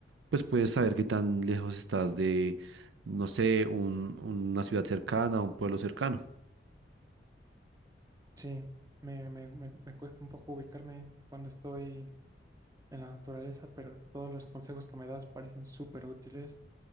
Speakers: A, on the right (about 80°); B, on the right (about 20°).
A: pues puedes saber qué tan lejos estás de, no sé, un- una ciudad cercana, un pueblo cercano.
B: Sí, me, me, me me cuesta un poco ubicarme cuando estoy en la naturaleza, pero todos los consejos que me das parecen súper útiles.